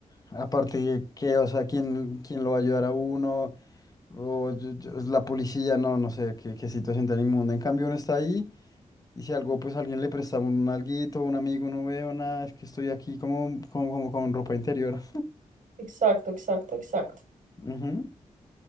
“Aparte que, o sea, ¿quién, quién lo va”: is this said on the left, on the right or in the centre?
Left